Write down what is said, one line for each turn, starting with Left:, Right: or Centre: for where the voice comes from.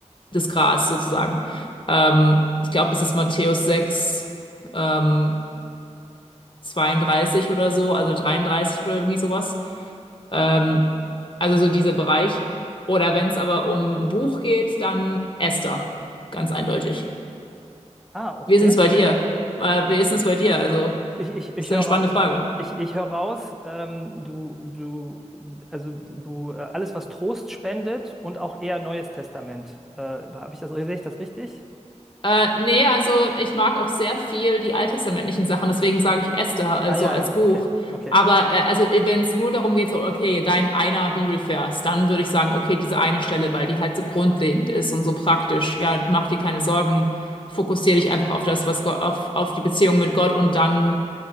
Left: das Gras sozusagen. Ähm, ich glaube, das ist Matthäus 6 ähm, 32 oder so, also 33 oder irgendwie sowas. Ähm, also so dieser Bereich. Oder wenn es aber um ein Buch geht, dann Esther, ganz eindeutig.
Centre: Ah, okay.
Left: Wie ist es bei dir? Weil, Wie ist es bei dir? Also,
Centre: Ich, ich, ich
Left: ist ja
Centre: höre,
Left: eine spannende Frage.
Centre: ich, ich höre raus, ähm, du, du, also du, äh, alles, was Trost spendet und auch eher Neues Testament. Äh, habe ich das, sehe ich das richtig?
Left: Äh, nee, also ich mag auch sehr viel die alttestamentlichen Sachen, deswegen sage ich Esther, also
Centre: Ah, ja,
Left: als
Centre: ja,
Left: Buch.
Centre: okay, okay.
Left: Aber äh, also äh, wenn es nur darum geht, so, okay, dein einer Bibelvers, dann würde ich sagen, okay, diese eine Stelle, weil die halt so grundlegend ist und so praktisch. Ja, mach dir keine Sorgen, fokussier dich einfach auf das, was Gott, auf, auf die Beziehung mit Gott und dann